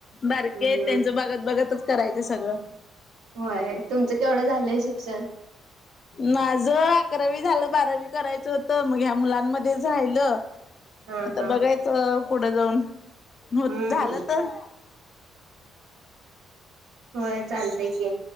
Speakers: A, on the left; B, on the right.
A: बारके
B: हम्म
A: आहेत त्यांच बगत बघतच करायचं सगळं.
B: होय तुमचं केवढं झालंय शिक्षण
A: माझ अकरावी झालं बारावी करायचं होतं मग ह्या मुलांमध्ये झायलं.
B: हा
A: तर
B: हा
A: बघायचं पुढे जाऊन हो
B: हम्म
A: झालं तर.
B: होय चालतय की.